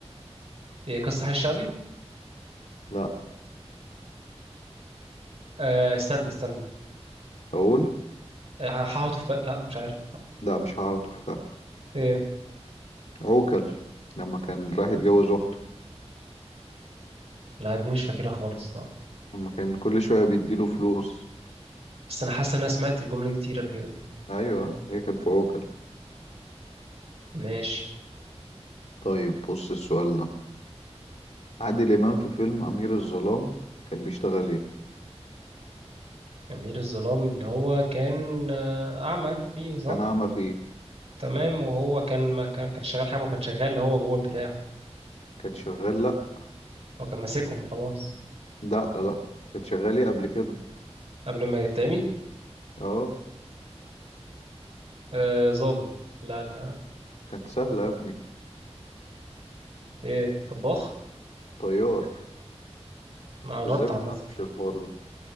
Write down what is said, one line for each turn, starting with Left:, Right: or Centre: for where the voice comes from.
Right: ايه قصة حي الشعبي
Left: لا
Right: آه استنى استنى
Left: اقول
Right: آه، حاحط ف... لا مش عارف
Left: لا مش هقعد تفاح
Right: ايه
Left: عوكل لما كان راح يتجوز اخته
Right: لا دي مش فاكرها خالص لا
Left: لما كان كل شوية بيديله فلوس
Right: بس انا حاسس ان انا سمعت الجملة دي كتير قبل كده
Left: ايوه هي كانت في عوكل
Right: ماشي
Left: طيب بص السؤال ده عادل امام في فيلم امير الظلام كان بيشتغل ايه
Right: أمير الظلام اللي هو كان آه، أعمى فيه صح
Left: كان اعمى فيه
Right: تمام وهو كان ما كان كان شغال حاجة ما كان شغال اللي هو جوه البتاع
Left: كان شغال لا
Right: هو كان ماسكهم وخلاص
Left: لا لا كان شغال ايه قبل كده
Right: قبل ما يتعمي
Left: اه
Right: آه ظابط لا لا
Left: كانت سهلة يا ابني
Right: ايه طباخ
Left: طيار
Right: ما
Left: انت
Right: قربت
Left: ازاي ما
Right: عامة
Left: تعرفش الحوار ده